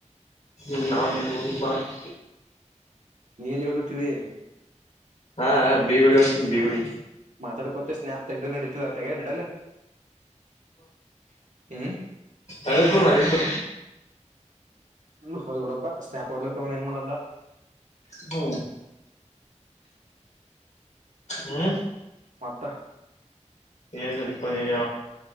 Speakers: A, on the left; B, on the right.
A: ್ಮ ನಮ್ಮ ಬಸ್
B: ನೀ ಎಲ್ಲಿ ಬಲ್ಲತ್ತಿದ್ದಿ
A: ಹಾ ಬೀಗುಡಿ ಉಂಟ ಬೀಗುಡಿ
B: ಮಾತಾಡ್ಕೊತವಿ ಸ್ನ್ಯಾಪ್ ತೆಗ್ದ ನಡೀತದ ತಗ ನಡಲ್ಲ ಹ್ಮ್
A: ಅಡುಕ್ಕು ಅಕ್ಕು
B: ಹ ಇವಡಪ್ಪ ಸ್ನಾಪ್ ವಲ್ಲ ತೋಣ ಏನು ಮಾಡಲ್ಲ
A: ಹ್ಮ ಹ್ಮ್
B: ಮತ್ತ
A: ಏನು ಬಿಪ್ಪ ನೀರ